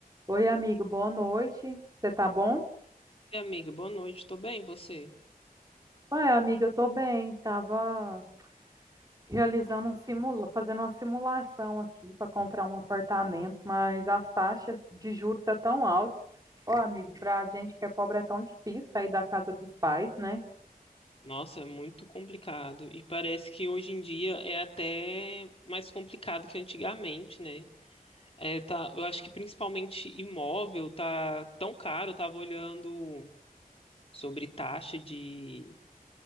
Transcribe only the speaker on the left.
E, amiga, boa noite, tô bem, e você?
Nossa, é muito complicado. E parece que hoje em dia é até mais complicado que antigamente, né? É, tá, eu acho que principalmente imóvel tá tão caro, eu tava olhando sobre taxa de.